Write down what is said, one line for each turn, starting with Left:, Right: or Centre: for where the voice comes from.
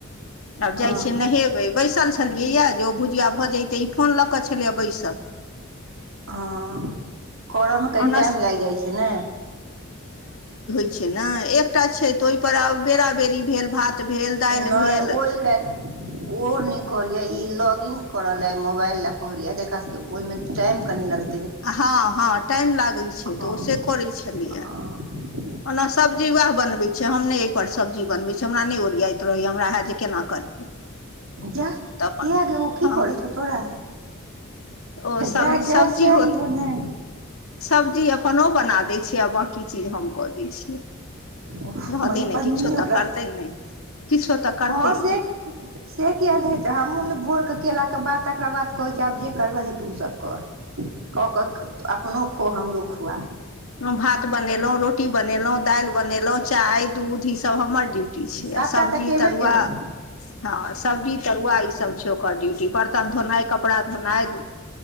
Left: आब
Right: हँ
Left: जाइ छियै नहेबै बैसल छे छलियैए जे ओ भुजिया भऽ जइतै ई फोन लऽ कऽ छलैए बैसल
Right: ओ करयमे कनि
Left: ओना
Right: टाइम लागि जाइ छै ने।
Left: छैने एकटा छै तऽ ओहि पर आब बेरा बेरी भेल भात भेल दालि
Right: नहि
Left: भेल
Right: ओहि ले ओ नहि कहलियै ई लॉग-इन करऽ ले ई मोबाइल लए कहलियए जे एकरा सबके ओहिमे टाइम कनी लग
Left: हँ हँ टाइम लागै छै
Right: हँ
Left: तऽ ओ से करै छलैये
Right: हँ
Left: ओना सब्जी उएह बनबै छै हम नहि एहिपर सब्जी बनबै छीै हमरा नहि ओरियाइत रहैए हमरा हैत जे केना करियै।
Right: जा
Left: तऽ अपन
Right: कियै गै ओ की
Left: हँ
Right: करइ छौ तोरा?
Left: ओ
Right: हेह
Left: सब
Right: जैह
Left: सब्जी
Right: गैस सैह इहो नै
Left: सब्जी अपन ओ बना दैत छैै आ बाँकी चीज हम कऽ दैत छियै
Right: ओ
Left: रहतै
Right: मने
Left: ने
Right: पद्मीनी
Left: किछो तऽ
Right: ओकरा
Left: करतै नहि किछो तऽ करतै
Right: हँ से
Left: ने
Right: से किए नहि हेतै हमहूँ ने भोरके केलाके बाद तकरा बाद कहै छीयै आब जे करबैं से तू सब कर कऽ कऽ अपनो खो हमरो खुआ
Left: हम भात बनेलहुँ रोटी बनेलहुँ दालि बनेलहुँ चाय, दूध ईसभ हमर ड्यूटी छै
Right: सभटा
Left: आ सब्जी,
Right: तऽ केबे
Left: तरुआ
Right: केलहुँ
Left: हँ सब्जी तरुआ ई सब छै छै ओकर ड्यूटी बर्तन धोनाइ, कपड़ा धोनाइ